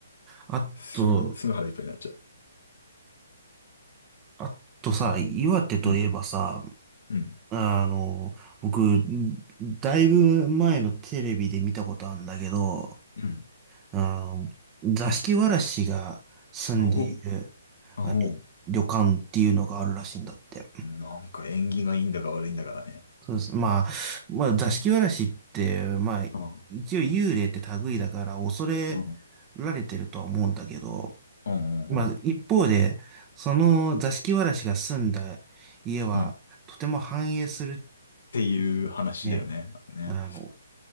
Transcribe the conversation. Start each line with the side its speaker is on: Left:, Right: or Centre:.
Right: あと、
Left: すぐ、すぐ腹いっぱいになっちゃう。
Right: あとさ、
Left: うん。
Right: 岩手といえばさ、
Left: うん。うん。
Right: あの、僕、んだいぶ前のテレビで見たことあるんだけど、
Left: うん。
Right: あの、座敷わらしが住んでいる、
Left: おおう
Right: あ、旅旅館っていうのがあるらしいんだって。
Left: なんか縁起がいいんだか悪いんだからね。
Right: そうです。まあ、まあ、座敷わらしって、まあ、
Left: うん。
Right: 一応幽霊って類だから恐れ
Left: うん。
Right: られてるとは思うんだけど、
Left: うん。うん。
Right: まあ、一方で、その座敷わらしが住んだ家は、
Left: うんっ
Right: とても繁栄する、
Left: ていう話だよね。
Right: ね、
Left: あとね。
Right: あの、